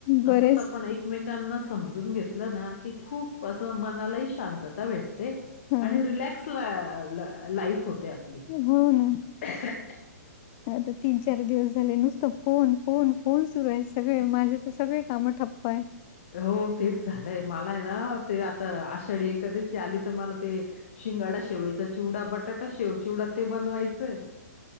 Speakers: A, on the left; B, on the left.
A: बरेच
B: असंच आपण एक मेकांना समजून घेतलं ना की खूप असं मनालाही शांतता भेट ते
A: हा
B: आणि रिलॅक्स ला ला लाईफ होते आपली.
A: हो ना.
B: <inaudible>
A: आता तीन चार दिवस झाले नुसतं फोन फोन फोन सुरू आहे सगळे माझे तर सगळे काम ठप्प हाय
B: हो तेच झालंय मला आहे ना ते आता आषाढी एकादशी आली तर मला ते शिंगाडा शेवईचा चिवडा बटाटा शेव चिवडा ते बनवायचंय.